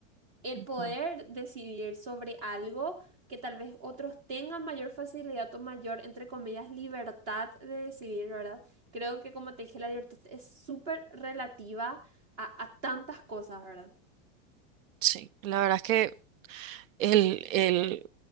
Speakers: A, on the right; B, on the right.
A: el
B: Ujú.
A: poder decidir sobre algo que tal vez otros tengan mayor facilidad o mayor, entre comillas, libertad de decidir, ¿verdad? Creo que como te dije, la libertad es súper relativa a, a tantas cosas, ¿verdad?
B: Sí, la verdad es que el, el,